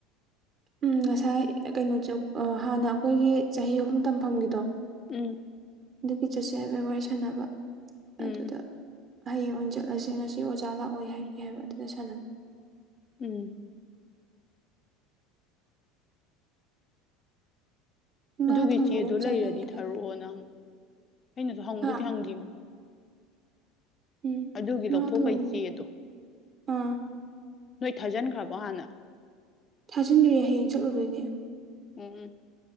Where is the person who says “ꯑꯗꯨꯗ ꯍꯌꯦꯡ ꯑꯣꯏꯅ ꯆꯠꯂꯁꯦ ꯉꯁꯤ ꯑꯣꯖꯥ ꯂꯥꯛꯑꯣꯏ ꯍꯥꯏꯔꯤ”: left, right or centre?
Right